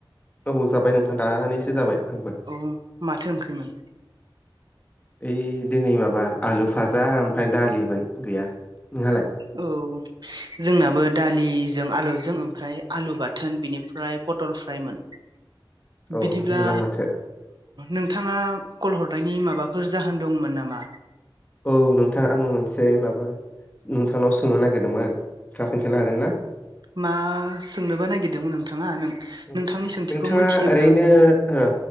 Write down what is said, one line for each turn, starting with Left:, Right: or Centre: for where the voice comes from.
Left: औ जाबाय नोंथां दानिसो जाबाय आंबो
Right: औ माथो ओंख्रिमोन
Left: ओइ दिनै माबा आलु भाजा ओमफ्राय दालिमोन गैया नोंहालाय
Right: औ जोंनाबो दालिजों आलुजों ओमफ्राय आलु बा बाथोन बिनिफ्राय पटल फ्राइमोन
Left: औ
Right: बिदिब्ला
Left: मोजां माथो
Right: नोंथाङा कल हरनायनि माबाफोर जाहोन दंमोन नामा?
Left: औ नोंथां आङ मोनसे माबा नोंथांनाव सोंनो नागिरदोंमोन नोंथाङा खोन्थानो हागोन ना
Right: मा सोंनोबा नागिरदोंमोन नोंथाङा नों
Left: उम
Right: नोंथांनि सोंथिखौ
Left: नोंथाङा
Right: मोनथियोब्ला
Left: ओरैनो र